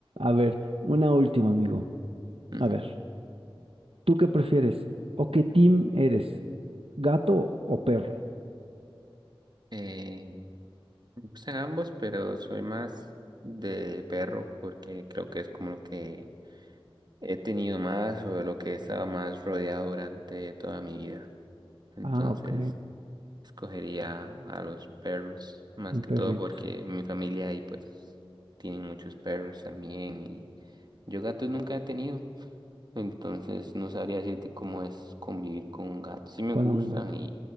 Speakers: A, on the right; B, on the right.
A: A ver, una última, amigo.
B: ujú.
A: A ver, ¿tú qué prefieres? ¿O qué team eres? ¿Gato o perro?
B: Eh, Me gustan ambos, pero soy más de perro porque creo que es como lo que he tenido más o de lo que he estado más rodeado durante toda mi vida. Entonces,
A: Ah, ok.
B: escogería a los perros más
A: Un
B: que
A: perrito
B: todo porque mi familia ahí pues tiene muchos perros también y yo gatos nunca he tenido. Entonces, no sabría decirte cómo es convivir con un gato. Sí me
A: con
B: gustan
A: un gato.
B: y